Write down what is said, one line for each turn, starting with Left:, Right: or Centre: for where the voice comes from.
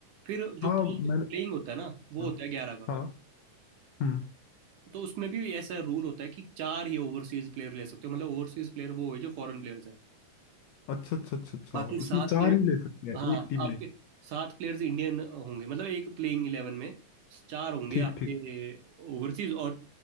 Right: फिर जो
Left: हाँ
Right: प्लेइंग
Left: मैंने
Right: प्लेइंग होता है ना वो
Left: हाँ
Right: होता है ग्यारह का
Left: हाँ हम्म
Right: तो उसमें भी ऐसा रूल होता है कि चार ही ओवरसीज प्लेयर ले सकते हो मतलब ओवरसीज प्लेयर वो है जो फॉरेन प्लेयर्स हैं
Left: अच्छा अच्छा अच्छा अच्छा
Right: बाकी सात
Left: उसमें चार
Right: प्लेयर
Left: ही ले सकते हैं
Right: हाँ
Left: एक टीम
Right: आपके
Left: में
Right: सात प्लेयर्स इंडियन होंगे मतलब एक प्लेइंग इलेवन में चार होंगे
Left: ठीक
Right: आपके
Left: ठीक
Right: ओवरसीज और